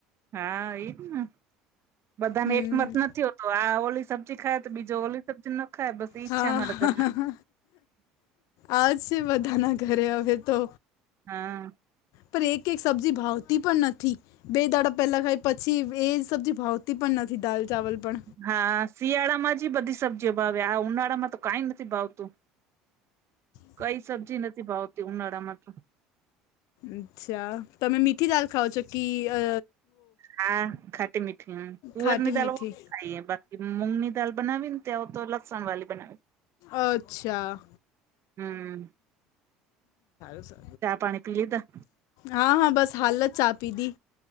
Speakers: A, on the right; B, on the left.
A: હા એજ ને બધાને
B: હમ
A: એકમત નથી હોતો. તો આ ઓલી સબ્જી ખાય તો બીજો ઓલી સબજ ના ખા બસ એજ
B: હા
A: છે અમારા
B: હા
A: ઘરમાં
B: આજ છે બધાના ઘરે હવે તો
A: હા
B: પર એક એક શબ્જી ભાવતી પણ નથી. બે દાડા પેલા ખાય પછી એ સબ્જી ભાવતી પણ નથી દાલ ચાવલ પણ
A: હા શિયાળામાં જ બધી સબ્જીઓ ભાવે આ ઉનાળામાં તો કઈ નથી ભાવતું
B: હી
A: કઈ સબ્જી નથી ભાવતી ઉનાળા માં તો
B: અચ્છા તમે મીઠી દાલ ખાાવ છો કે અ
A: હા ખાટી મીઠી તુવેરની
B: ખાટી
A: દાળ
B: મીઠી
A: ખાઈએ બાકી મૂગની દાલ બનાવી ને ત્યાઓ તો લસણ વાળી બનાવી
B: અચ્છા
A: હમ
B: સારું
A: ચા પાણી પી લીધા
B: હા હા બસ હાલત ચા પીધી